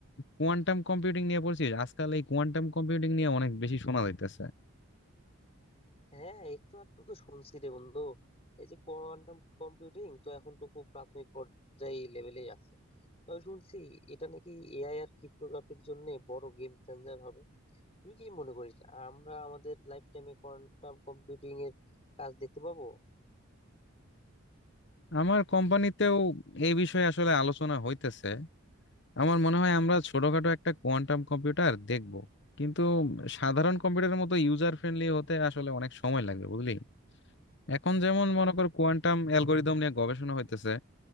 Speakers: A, on the left; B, on the left.
A: কোয়ান্টাম কম্পিউটিং নিয়ে পড়ছিস আজকাল এই কোয়ান্টাম কম্পিউটিং নিয়ে অনেক বেশি শোনা যাইতেছে
B: হ্যাঁ একটু আধটু তো শুনছি রে বন্ধু এই যে কোয়ান্টাম কম্পিউটিং তো এখন তো খুব প্রাথমিক পর্যায়ে লেভেলেই আছে তবে শুনছি এটা নাকি এআই আর ক্রিপ্টোগ্রাফির জন্য বড় গেম চেঞ্জার হবে তুই কি মনে করিস আমরা আমাদের লাইফ টাইমে কোয়ান্টাম কম্পিউটিং এর কাজ দেখতে পাবো
A: আমার কোম্পানিতেও এই বিষয়ে আসলে আলোচনা হইতেছে আমার মনে হয় আমরা ছোটখাটো একটা কোয়ান্টাম কম্পিউটার দেখব কিন্তু সাধারণ কম্পিউটারের মতো ইউজার ফ্রেন্ডলি হতে আসলে অনেক সময় লাগবে বুঝলি এখন যেমন মনে কর কোয়ান্টাম অ্যালগোরিদম নিয়ে গবেষণা হইতেছে